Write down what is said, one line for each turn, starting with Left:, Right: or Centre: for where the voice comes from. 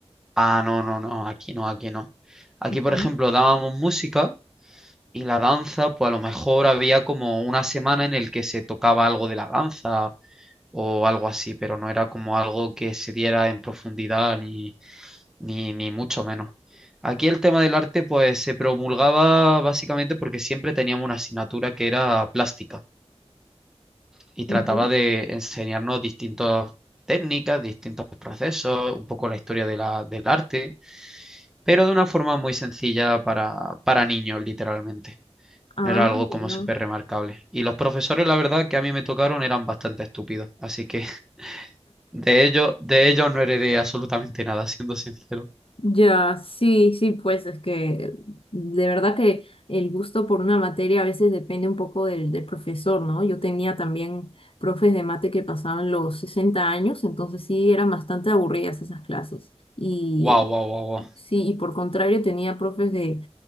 Centre: Ah, no, no, no, aquí no, aquí no. Aquí,
Left: Ujú,
Centre: por ejemplo, dábamos música y la danza, pues a lo mejor había como una semana en el que se tocaba algo de la danza o algo así, pero no era como algo que se diera en profundidad ni, ni, ni mucho menos. Aquí el tema del arte, pues se promulgaba básicamente porque siempre teníamos una asignatura que era plástica y trataba
Left: ujú.
Centre: de enseñarnos distintas técnicas, distintos procesos, un poco la historia de la- del arte, pero de una forma muy sencilla para, para niños, literalmente.
Left: Ah,
Centre: No era algo como
Left: ya.
Centre: súper remarcable. Y los profesores, la verdad, que a mí me tocaron eran bastante estúpidos, así que <laughs> de ellos, de ellos no heredé absolutamente nada, siendo sincero.
Left: Ya, sí, sí, pues es que de verdad que el gusto por una materia a veces depende un poco del, del profesor, ¿no? Yo tenía también profes de mate que pasaban los 60 años, entonces sí eran bastante aburridas esas clases. Y
Centre: Wow, wow, wow,
Left: sí, y por contrario tenía profes de,